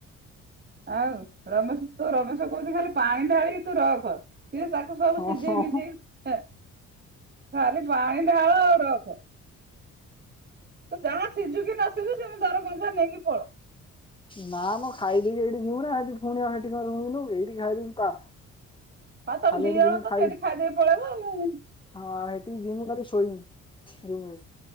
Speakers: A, on the right; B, on the left.
A: <inaudible> ଆଉ ରମେଶ ତୁ ରମେଶ କହୁଚି ଖାଲି ପାଣି ଢାଳିକି ତୁ ରଖ ସିଏ ତାକୁ ସବୁ
B: ହଁ
A: ସିଝେଇ
B: ହଁ।
A: ମିଝେଇ ଖାଲି ପାଣି ଢାଳ ଆଉ ରଖ। ସେ ଯାହା ସିଝୁ କି ନ ସିଝୁ ସେମତି ଦର କଞ୍ଚା ନେଇକି ପଳ।
B: ନା ମୁଁ ଖାଇଦେବି। ଯିବୁ ନା ସେଠି ପୁଣି ହଁ ସେଠି କଁ ରୁମୁ ନବୁ ଏଇଠି ଖାଇଦବୁ ପା
A: ଆଉ ତମେ
B: ଖାଲି
A: ଦି
B: ସେଠିକି
A: ଜଣ
B: ଯିବୁ
A: ତ
B: ଖାଇ
A: ସେଇଠି ଖାଇଦେଇ ପଳେଇବ ଆଉ
B: ହଁ ସେଠିକି ଯିମୁ ଶୋଇବି ରୁମରେ।